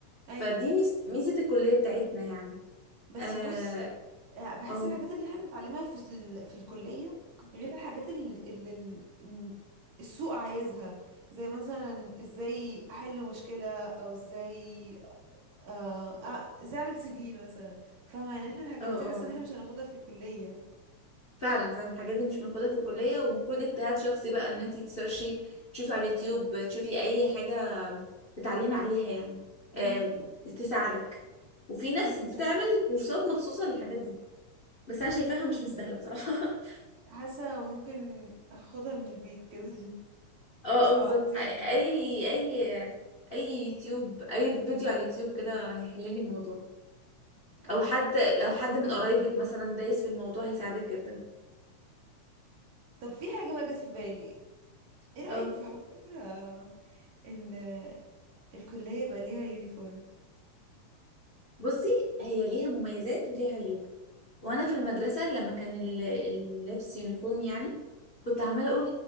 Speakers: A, on the right; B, on the left.
A: ايوه
B: فدي
A: ف...
B: ميز- ميزة الكلية بتاعتنا يعني
A: بس
B: اه
A: بصي آه، بحس
B: اه
A: الحاجات اللي احنا بنتعلمها في ال... في الكلية غير الحاجات اللي, اللي ال- إن السوق عايزها زي مثلا ازاي احل مشكلة او ازاي آه... آه، ازاي اعمل سي في مثلا فاهمة يعني احنا الحاجات
B: اه آه.
A: دي حاسة ان احنا مش هناخدها في الكلية
B: فعلا فعلا الحاجات دي مش بناخدها في الكلية ومفروض اجتهاد شخصي بقى ان انتي تسيرشي تشوفي على اليوتيوب تشوفي اي حاجة تتعلمي عليها يعني
A: امم
B: آم، تساعدك وفي ناس
A: ايوه
B: بتعمل
A: صح
B: كورسات مخصوصة للحاجات دي بس انا شايفاها مش مستاهلة بصراحة <laughs>
A: حاسة ممكن اخدها من البيت كده <laughs>
B: اه
A: بس
B: اه بالظبط
A: لو عندي
B: اي اي اي يوتيوب اي فيديو على اليوتيوب كده هيحللي الموضوع
A: ايوه
B: او حد لو حد من قرايبك مثلا دايس في الموضوع هيساعدك جدا
A: طب في حاجة بقى جت في بالي ايه رأيك
B: اه
A: في حوار آه، ان الكلية يبقى ليها يونيفورم
B: بصي هي ليها مميزات وليها عيوب وانا في المدرسه لما كان ال- اللبس يونيفورم يعني كنت عماله اقول